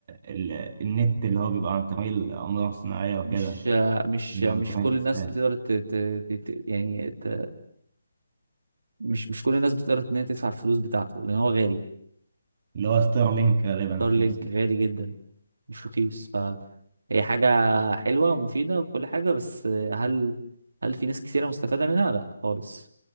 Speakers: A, on the right; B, on the right.
A: ال النت اللي هو بيبقى عن طريق الاقمار الصناعيه وكده
B: مش آه، مش
A: بيبقى
B: آه، مش
A: عن طريق
B: كل
A: الإسلاك.
B: الناس بتقدر ت... ت... ت... ت- يعني ت... مش مش كل الناس بتقدر ان هي تدفع الفلوس بتاعته لان هو غالي
A: اللي هو ستارلينك غالبا
B: ستارلينك
A: كان اسمه
B: غالي جدا مش رخيص فهي حاجة حلوة ومفيدة وكل حاجة بس هل هل في ناس كثيرة مستفادة منها؟ لا خالص